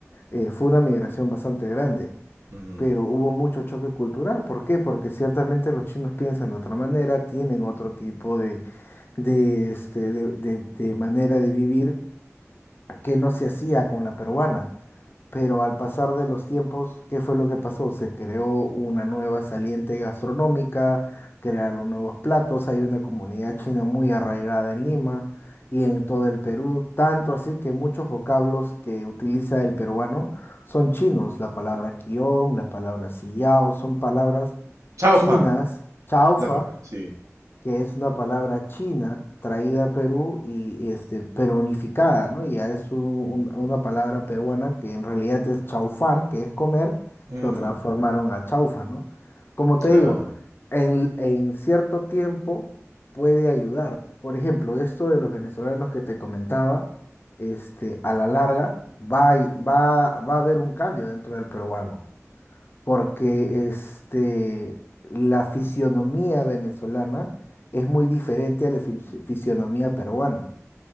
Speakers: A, on the left; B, on the right.
A: eh, fue una migración bastante grande
B: Ujú.
A: pero hubo mucho choque cultural. ¿Por qué? Porque ciertamente los chinos piensan de otra manera, tienen otro tipo de, de, este, de, de- de manera de vivir que no se hacía con la peruana. Pero al pasar de los tiempos, ¿qué fue lo que pasó? Se creó una nueva saliente gastronómica, crearon nuevos platos, hay una comunidad china muy arraigada en Lima y en todo el Perú, tanto así que muchos vocablos que utiliza el peruano son chinos. La palabra quión, la palabra sillao, son palabras
B: Chaufa.
A: chinas, chaufa
B: La pa- sí.
A: que es una palabra china traída a Perú y este, perunificada, ¿no? Y ya es un- un- una palabra peruana que en realidad es chaufán, que es comer,
B: Mm,
A: lo transformaron a chaufa, ¿no? Como te
B: claro.
A: digo, en, en cierto tiempo puede ayudar. Por ejemplo, esto de los venezolanos que te comentaba, este, a la larga va, a- va, va a haber un cambio dentro del peruano porque este, la fisionomía venezolana es muy diferente a la fis- fisionomía peruana.